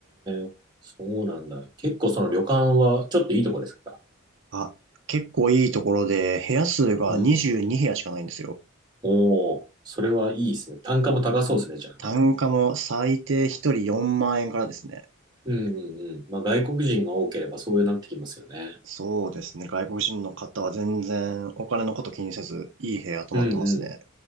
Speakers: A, on the right; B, on the right.
A: え、そうなんだ。結構その旅館はちょっといいとこですか
B: あ、結構いいところで、部屋数が22部屋しかないんですよ。
A: うん。おお、それはいいですね。単価も高そうですね、じゃあね。
B: 単価も最低1人4万円からですね。
A: うんうんうん。まあ外国人が多ければそうなってきますよね。
B: そうですね。外国人の方は全然お金のこと気にせず、いい部屋泊まってますね。
A: うんうん。